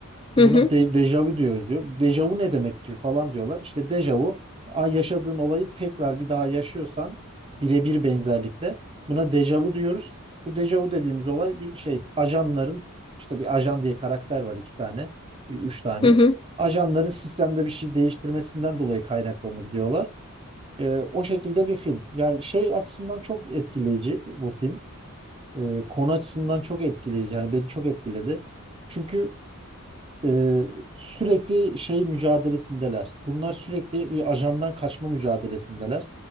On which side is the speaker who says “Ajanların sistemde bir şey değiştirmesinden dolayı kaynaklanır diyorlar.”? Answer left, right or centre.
Right